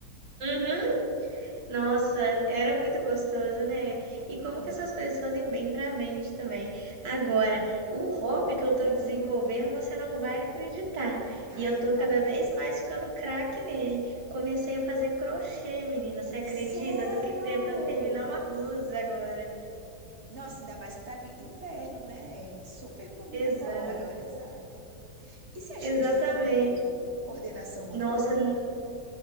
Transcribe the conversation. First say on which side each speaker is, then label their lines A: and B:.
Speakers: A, on the right (about 75°); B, on the right (about 40°).
A: Uhum. Nossa, era muito gostoso, né?
B: Uhum.
A: E como que essas coisas fazem bem para a mente também. Agora, o hobby que eu tô desenvolvendo, você não vai acreditar. E eu
B: Ai,
A: tô
B: qual?
A: cada vez mais ficando craque nele. Comecei a fazer crochê, menina, você
B: Sério?
A: acredita? Eu tô que- tentando terminar uma blusa agora.
B: Nossa, ainda mais que tá vindo inverno, né? Super combina
A: Exato,
B: com a hora, a hora exata. E você achou
A: exatamente.
B: difícil? Coordenação motora?
A: Nossa,